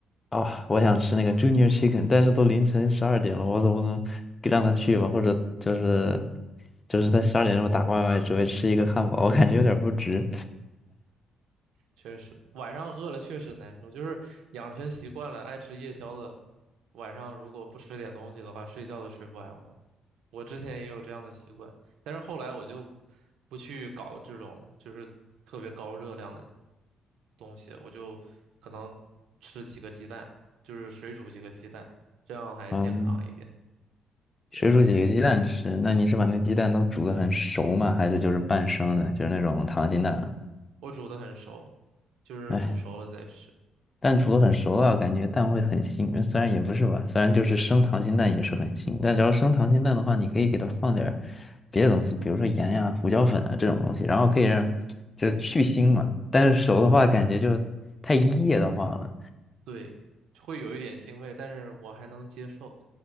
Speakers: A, on the left; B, on the right.
A: 啊、我想吃那个 Junior Chicken，但是都凌晨十二点了，我总不能给让她去吧？或者就是，就是在十二点钟时候打外卖，只为吃一个汉堡，我感觉有点不值。
B: 确实，晚上饿了确实难受，就是养成习惯了爱吃夜宵的，晚上如果不吃点东西的话，睡觉都睡不安稳。我之前也有这样的习惯，但是后来我就不去搞这种就是特别高热量的东西，我就可能吃几个鸡蛋，就是水煮几个鸡蛋，这样还健康一点。
A: 嗯，
B: 对，
A: 水煮几个鸡蛋吃，那你是把那鸡蛋都煮得很熟吗？还是就是半生的，就是那种溏心蛋啊？
B: 我煮的很熟，就是煮熟了再吃。
A: 哎，蛋煮了很熟啊，感觉蛋会很腥，呃虽然也不是吧，虽然就是生溏心蛋也是很腥，但只要生溏心蛋的话，你可以给它放点儿别的东西，比如说盐呀、胡椒粉啊这种东西，然后可以让就是去腥嘛。但是熟的话，感觉就太噎得慌了。
B: 对，会有一点腥味，但是我还能接受。